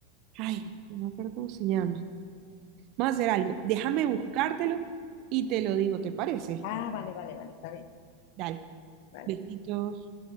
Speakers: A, on the right (about 50°); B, on the left (about 60°).
A: Ay, no me acuerdo cómo se llama. Vamos a hacer algo. Déjame buscártelo y te lo digo, ¿te parece?
B: Ah, vale, vale, vale, está bien,
A: Dale.
B: vale.
A: Besitos.